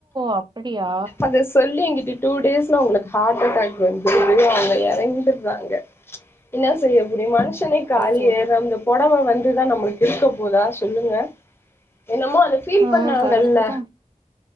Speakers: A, on the right; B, on the left.
A: அப்படியா
B: அத சொல்லி என்கிட்ட டூ டேஸ்ல உங்களுக்கு ஹார்ட் அட்டாக் வந்து அவங்க இறங்கிருறாங்க என்ன செய்ய முடியு மனு ச்சனை காலிய
A: ஓஹோ
B: இந்த புடவ வந்துதா நம்மளுக்கு இருக்க போதா சொல்லுங்க என்னமோ அதை ஃபீல்
A: ஆ
B: பண்ணாங்கல்ல
A: கரெக்ட் தா